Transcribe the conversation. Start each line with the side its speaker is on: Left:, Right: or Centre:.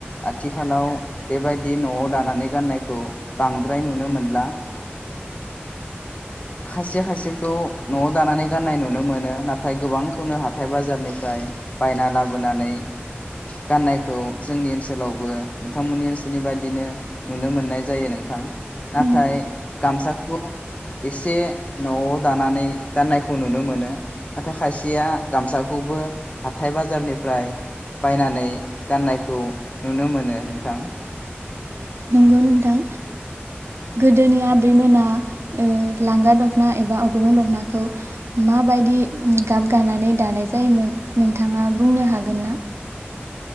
Left: आथिखालाव बेबायदि न'आव दानानै गाननायखौ बांद्राय नुनो मोनला खायसे खायसेखौ न'आव दानानै गाननाय नुनो मोनो नाथाय गोबांखौनो हाथाय बाजारनिफ्राय बायना लाबोनानै गाननायखौ जोंनि ओनसोलावबो नोंथांमोननि ओनसोलनि बायदिनो नुनो मोननाय जायो नोंथां नाथाय
Right: नंगौ
Left: गामसा <unintelligible> एसे न'आव दानानै गाननायखौ नुनो मोनो नाथाय खायसेया गामसाखौबो हाथाइ बाजारनिफ्राय बायनानै गाननायखौ नुनो मोनो नोंथां
Right: नंगौ नोंथां गोदोनि आबै मोना ओ लांगा दखना एबा अग्रं दख'नाखौ माबायदि गाब गानानै दानाय जायोमोन नोंथाङा बुंनो हागोन ना